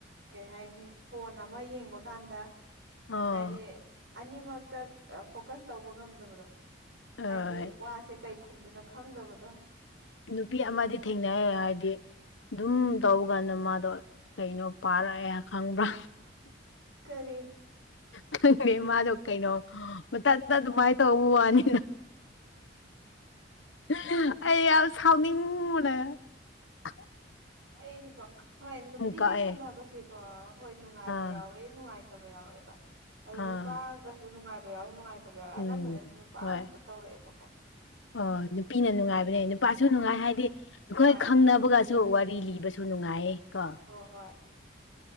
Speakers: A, on the right; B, on the left.
A: ꯀꯩ ꯍꯥꯏꯅꯤ ꯐꯣꯟ ꯑꯃ ꯌꯦꯡꯕ ꯀꯥꯟꯗ
B: ꯑꯣ
A: ꯍꯥꯏꯗꯤ ꯑꯅꯤꯃꯛꯇ ꯐꯣꯀꯁ ꯇꯧꯕ ꯉꯝꯗꯕꯗꯣ
B: ꯑꯣꯏ
A: ꯍꯥꯏꯗꯤ ꯋꯥꯁꯦ ꯀꯩ ꯈꯨꯝꯗꯣꯏꯅꯣ ꯈꯪꯗꯕꯗꯣ
B: ꯅꯨꯅꯨꯄꯤ ꯑꯃꯗꯤ ꯊꯦꯡꯅꯩꯌꯦ ꯍꯥꯏꯗꯤ ꯗꯨꯝ ꯇꯧꯕ ꯀꯥꯟꯗ ꯃꯥꯗꯣ ꯀꯩꯅꯣ ꯄꯥꯔꯛꯑꯦ ꯈꯪꯕ꯭ꯔꯥ
A: ꯀꯔꯤ
B: ꯈꯪꯗ‌ꯦ ꯃꯥꯗꯣ ꯀꯩꯅꯣ ꯃꯊꯟꯇ ꯑꯗꯨꯃꯥꯏꯅ ꯇꯧꯕ ꯋꯥꯅꯤ <unintelligible> ꯑꯩ ꯌꯥꯝ ꯁꯥꯎꯅꯤꯡꯕꯅ‌ꯦ <unintelligible>
A: ꯑꯩꯖꯨꯀꯣ ꯍꯣꯏ ꯅꯨꯄꯤꯒ
B: ꯀꯛꯑꯦ
A: ꯁꯥꯟꯅꯕꯁꯤꯀꯣ ꯍꯣꯏ ꯅꯨꯡꯉꯥꯏꯕ
B: ꯑꯥ
A: ꯌꯥꯎꯋꯦ ꯅꯨꯡꯉꯥꯏꯇꯕ ꯌꯥꯎꯋꯦꯕ ꯑꯗꯨ
B: ꯑꯥ
A: ꯅꯨꯄꯥꯒꯁꯨ ꯅꯨꯡꯉꯥꯏꯕ ꯌꯥꯎꯋꯦ ꯅꯨꯡꯉꯥꯏ ꯇꯕ ꯌꯥꯎꯋꯦ
B: ꯎꯝ
A: ꯑꯅꯝꯕꯅꯗꯤ ꯅꯨꯄꯥ
B: ꯍꯣꯏ
A: ꯉꯥꯛꯇ ꯇꯧꯔꯛꯑꯦꯕꯀꯣ
B: ꯑꯣ ꯅꯨꯄꯤꯅ ꯅꯨꯡꯉꯥꯏꯕꯅꯦ ꯅꯨꯄꯥꯁꯨ ꯅꯨꯡꯉꯥꯏ ꯍꯥꯏꯗꯤ ꯑꯩꯈꯣꯏ
A: ꯍꯣꯏ
B: ꯈꯪꯅꯕꯒ ꯁꯨ ꯋꯥꯔꯤ ꯂꯤꯕꯁꯨ ꯅꯨꯡꯉꯥꯏꯌꯦ ꯀꯣ
A: ꯍꯣꯏ ꯍꯣꯏ